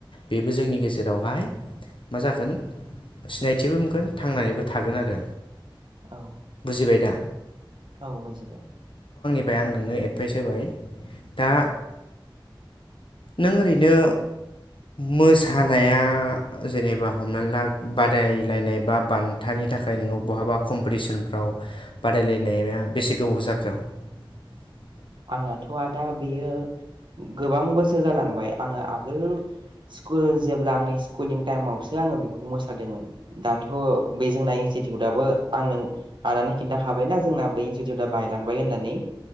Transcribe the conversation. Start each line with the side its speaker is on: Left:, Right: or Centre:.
Left: बेबो जोंनि गेजेरावहाय मा जागोन सिनायथिबो मोनगोन थांनानैबो थागोन आरो
Right: औ
Left: बुजिबाय दा।
Right: औ बुजिबाय।
Left: एमफाइ आं नोंनो एडभाइस होबाय दा
Right: औ
Left: नों ओरैनो मोसानाया जेनेबा हमना ला बादायलायनाय बा बान्थानि बेनि थाखाय ननोङो बहाबा कम्पिटिसनफ्राव बादायलायनाया बेसे गोबाव जाखो। <inaudible>
Right: आंनाथ' आदा बेयो गोबां बोसोर जालांबाय आङो आगोल स्कुल जेब्ला आंनि स्कुलिं टाइमावसो आंङो बेखौ मोसादों मोनो दाथ' बे जोंना इउसुदाबो आं आनो खिन्थााय बेना जोंना इउसुदा बाइलांबाय होननानै